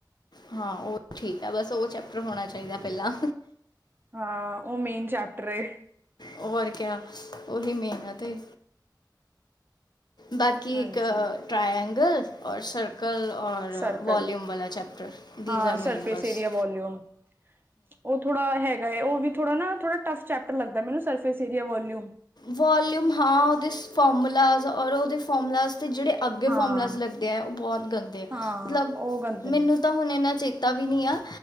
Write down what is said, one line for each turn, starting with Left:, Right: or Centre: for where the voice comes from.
Left: ਹਾਂ, ਉਹ ਠੀਕ ਆ, ਬਸ ਉਹ ਚੈਪਟਰ ਹੋਣਾ ਚਾਹੀਦਾ ਪਹਿਲਾਂ
Right: ਹਾਂ, ਉਹ ਮੇਨ ਚੈਪਟਰ ਏ
Left: ਹੋਰ ਕਿਆ, ਉਹੀ ਮੇਨ ਤੇ ਬਾਕੀ,
Right: ਹਾਂਜੀ
Left: ਇੱਕ ਟਰਾਇਐਂਗਲ, ਔਰ ਸਰਕਲ ਔਰ,
Right: ਸਰਕਲ
Left: ਵਾਲੀਅਊਮ ਵਾਲਾ ਚੈਪਟਰ, ਦੀਜ਼
Right: ਹਾਂ
Left: ਆਰ ਮੇਨ
Right: ਸਰਫੇਸ
Left: ਬਸ
Right: ਏਰੀਆ ਵੋਲਿਊਮ ਉਹ ਥੋੜਾ ਹੈਗਾ ਏ, ਉਹ ਵੀ ਥੋੜਾ ਨਾ ਥੋੜਾ ਟਫ ਚੈਪਟਰ ਲੱਗਦਾ ਮੈਨੂੰ, ਸਰਫੇਸ ਏਰੀਆ ਵਾਲੀਆਂ- ਊਮ
Left: ਵਾਲਿਮ ਹਾਂ ਉਹਦੇ ਫਾਰਮੂਲਾ, ਔਰ ਉਹਦੇ ਫਾਰਮੂਲਾ ਦੇ ਜਿਹੜੇ ਅੱਗੇ
Right: ਹਾਂ
Left: ਫੋਮੂਲਾਜ਼ ਲੱਗਦੇ ਆ, ਉਹ ਬਹੁਤ ਗੰਦੇ
Right: ਹਾਂ
Left: ਮਤਲਬ
Right: ਉਹ ਗੰਦੇ ਨੇ
Left: ਮੈਨੂੰ ਤਾਂ ਹੁਣ, ਇੰਨਾ ਚੇਤਾ ਵੀ ਨਹੀਂ ਆ